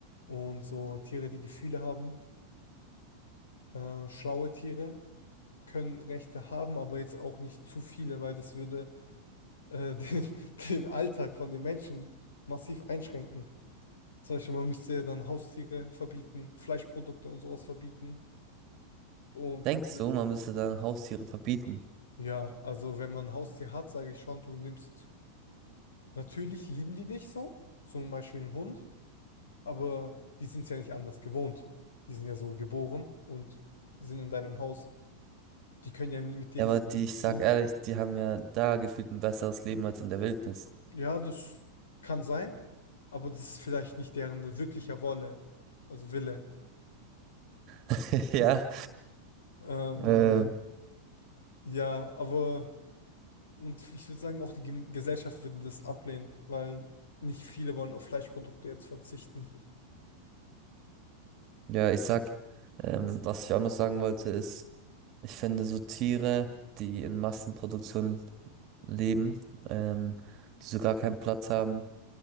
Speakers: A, on the left; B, on the right.
A: und so Tiere, die Gefühle haben, äh, schlaue Tiere können Rechte haben, aber jetzt auch nicht zu viele, weil das würde äh, <laughs> den, den Alltag von den Menschen massiv einschränken. Zum Beispiel, man müsste ja dann Haustiere verbieten, Fleischprodukte und sowas verbieten. Und
B: Denkst
A: die,
B: du, man müsste dann Haustiere verbieten?
A: ja, also wenn man ein Haustier hat, sage ich schon, du nimmst, natürlich lieben die dich so, zum Beispiel einen Hund, aber die sind es ja nicht anders gewohnt. Die sind ja so geboren und sind in deinem Haus. Die können ja mit dir
B: Ja,
A: nicht
B: aber
A: kommunizieren.
B: die, ich sag ehrlich, die haben ja da gefühlt ein besseres Leben als in der Wildnis.
A: Ja, das kann sein, aber das ist vielleicht nicht deren wirklicher Wolle, also Wille.
B: <laughs> Ja,
A: Ähm,
B: äh,
A: ja, aber. Und ich würde sagen, auch die Gem- Gesellschaft würde das ablehnen, weil nicht viele wollen auf Fleischprodukte jetzt verzichten.
B: ja, ich sag, ähm, was ich auch noch sagen wollte, ist, ich finde so Tiere, die in Massenproduktion leben, ähm, die so gar keinen Platz haben,